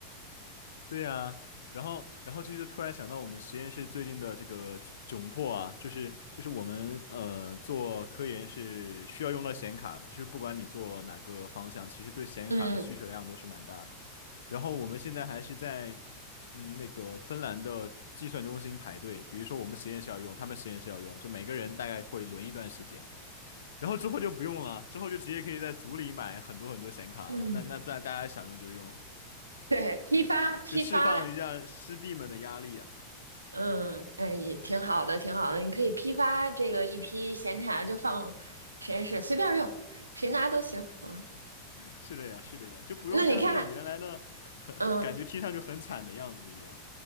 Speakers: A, on the left; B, on the right.
A: 对呀，然后，然后就是突然想到我们实验室最近的这个窘迫啊，就是就是我们呃做科研是需要用到显卡的，就是不管你做哪个方向，其实对显卡的需求量都是蛮大的。
B: 嗯
A: 然后我们现在还是在嗯那个芬兰的计算中心排队，比如说我们实验室要用，他们实验室要用，就每个人大概会轮一段时间，然后之后就不用了，之后就直接可以在组里买很多很多显卡了。
B: 嗯，
A: 那那在大家想用就用，
B: <laughs> 对，批发批发，
A: 就释放一下师弟们的压力呀、
B: 嗯，哎，也挺好的，挺好的。你可以批发这个一批显卡，就放实验室随便用，谁拿都行。嗯，
A: 是的呀，是的呀，就不用像那种原来的很很感觉听上去很惨的样子一样。
B: 那你看，嗯，